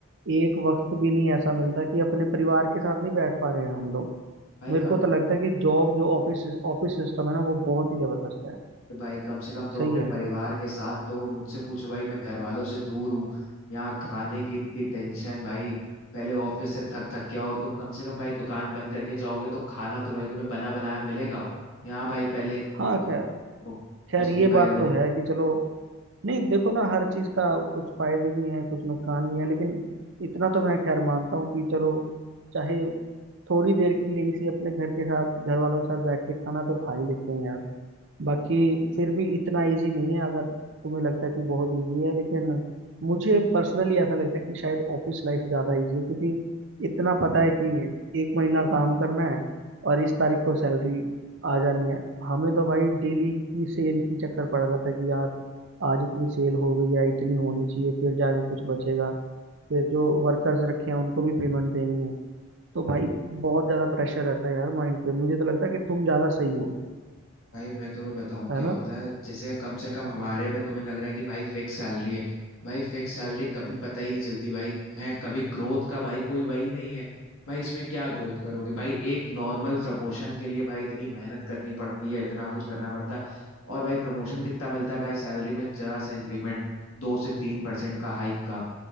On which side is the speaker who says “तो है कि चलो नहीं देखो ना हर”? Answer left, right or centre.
Right